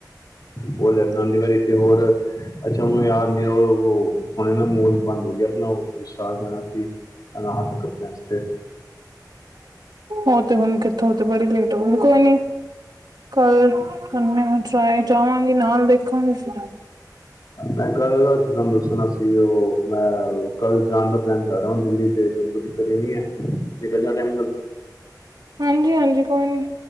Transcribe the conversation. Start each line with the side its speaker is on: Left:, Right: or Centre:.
Left: ਬਲ <unintelligible> ਨ ਦੀ ਵਾਰੀ ਤੇ ਹੋਰ ਅੱਛਾ ਮੈਂਨੂੰ ਯਾਦ ਨੀ ਓ ਓਨਰਾ ਹੁਣੇ ਨਾ ਮੋਲ ਬੰਦ ਹੋ ਗਿਆ ਆਪਣਾ ਓ ਵਿਸ਼ਾਲ ਜਾਣਾ ਸੀ ਅ ਲਾ ਹੱਥ ਕਬੈਂਸ ਤੇ
Right: ਉਹ ਤੇ ਹੁਣ ਕਿੱਥੋਂ ਤੇ ਬੜੀ ਲੇਟ ਹੋ ਗਏ ਕੋਈ ਨੀ। ਕੱਲ ਕੱਲ ਮੈਂ ਟਰਾਏ ਜਾਵਾਂਗੀ ਨਾਲ ਵੇਖਾਂਗੀ ਫਿਰ।
Left: ਮੈਂ ਕੱਲ ਅ ਚ ਤੁਹਾਨੂੰ ਦੱਸਣਾ ਸੀ। ਕਿ ਉਹ ਮੈਂ ਓ ਕੱਲ ਜਾਣ ਦਾ ਪਲੈਨ ਕਰ ਰਿਆ ਦਿੱਲੀ ਤੇ ਤਨੂੰ ਕੋਈ ਦਿੱਕਤ ਤੇ ਨੀ ਹੈ? ਨਿਕਲ ਜਾ ਟਾਈਮ ਨਾਲ
Right: ਹਾਂਜੀ ਹਾਂਜੀ ਕੋਈ ਨੀ